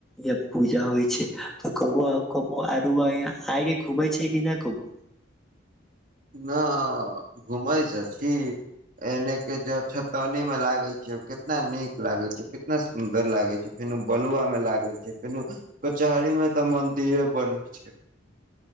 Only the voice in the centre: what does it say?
य पूजा होइ छैय तऽ क <unintelligible> आके घूमे छैय कि नहि कबो